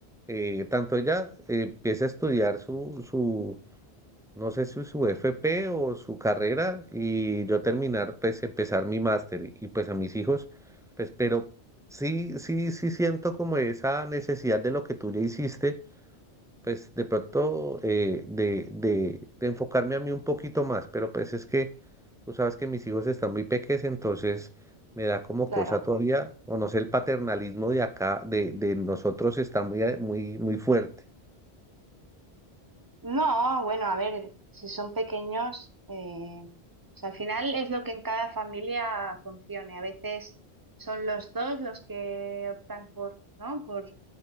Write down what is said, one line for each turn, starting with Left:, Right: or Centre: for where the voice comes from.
Centre: eh, tanto ella eh, empiece a estudiar su, su, no sé si su FP o su carrera y yo terminar, pues empezar mi máster y pues a mis hijos, pues pero sí, sí, sí siento como esa necesidad de lo que tú ya hiciste, pues de pronto eh, de, de, de enfocarme a mí un poquito más, pero pues es que tú sabes que mis hijos están muy pequeños, entonces me da como
Right: claro.
Centre: cosa todavía, o no sé, el paternalismo de acá, de, de nosotros está muy, muy, muy fuerte.
Right: No, bueno, a ver, si son pequeños, eh, o sea, al final es lo que en cada familia funcione. A veces son los dos los que optan por, ¿no? Por